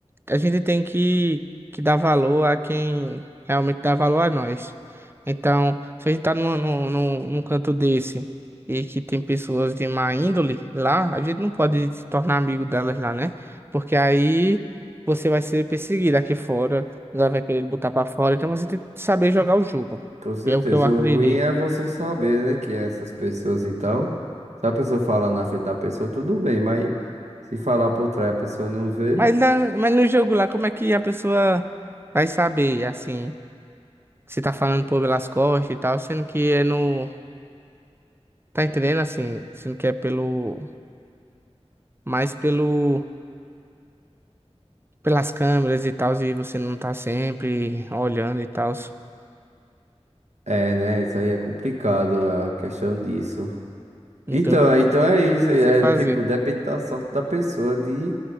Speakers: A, on the right; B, on the right.
A: a gente tem que, que dar valor a quem realmente dá valor a nós. Então, se a gente tá num, num, num, num canto desse e que tem pessoas de má índole lá, a gente não pode se tornar amigo delas lá, né? Porque aí você vai ser perseguido aqui fora, ela vai querer botar pra fora. Então você tem que saber jogar o jogo.
B: Com certeza.
A: É o que eu acredito.
B: O ruim é você saber, né, que essas pessoas e tal. Se a pessoa falar na frente da pessoa, tudo bem, mas se falar por trás e a pessoa não vê,
A: Mas, na, mas no jogo lá, como é que a pessoa vai saber, assim? Você tá falando por pelas costas e tal, sendo que é no. Tá entendendo assim? Sendo que é pelo. Mais pelo. Pelas câmeras e tal, e você não tá sempre olhando e tal.
B: é, né? Isso aí é complicado a questão disso.
A: Então,
B: Então, então é isso.
A: o que
B: É
A: você fazer?
B: tipo, depende da sorte da pessoa de